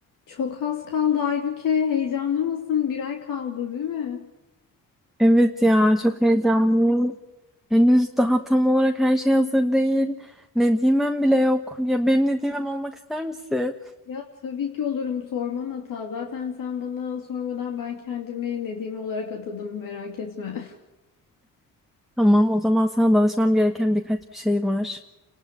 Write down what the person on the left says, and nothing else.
Çok az kaldı Aybüke. Heyecanlı mısın? Bir ay kaldı, değil mi?
Ya tabii ki olurum. Sorman hata. Zaten sen bana sormadan ben kendimi Nedime olarak atadım. Merak etme. <laughs>